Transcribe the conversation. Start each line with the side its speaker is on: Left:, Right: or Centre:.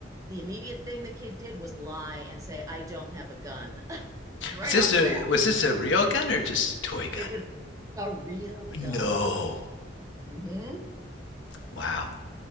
Right: the immediate thing the kid did was lie and say, I don't have a gun <laughs> right
Left: Was this
Right: off the
Left: a
Right: bat.
Left: was this a real gun or just a toy gun?
Right: It was a real gun.
Left: No.
Right: Mm-hmm.
Left: Wow.